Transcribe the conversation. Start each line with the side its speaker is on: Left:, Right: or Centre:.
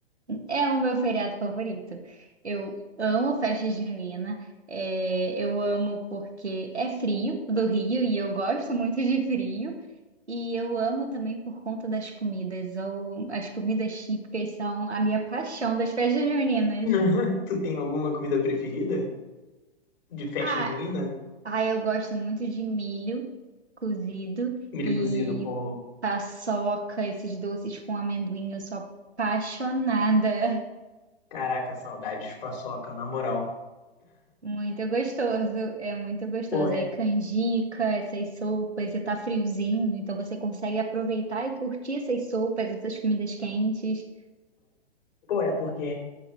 Right: é o meu feriado favorito. Eu amo festa junina. É, eu amo porque é frio do Rio e eu gosto muito de frio. E eu amo também por conta das comidas. ou as comidas típicas são a minha paixão das festas juninas.
Left: <laughs> Tu tem alguma comida preferida de festa
Right: Ah,
Left: junina?
Right: ah, eu gosto muito de milho cozido
Left: Milho
Right: e
Left: cozido, pô.
Right: paçoca, esses doces com amendoim. Eu sou apaixonada.
Left: Caraca, saudades de paçoca, na moral.
Right: Muito gostoso, é muito gostoso.
Left: Pô, é.
Right: Aí canjica, essas sopas, e tá friozinho, então você consegue aproveitar e curtir essas sopas, essas comidas quentes.
Left: Pô, é porque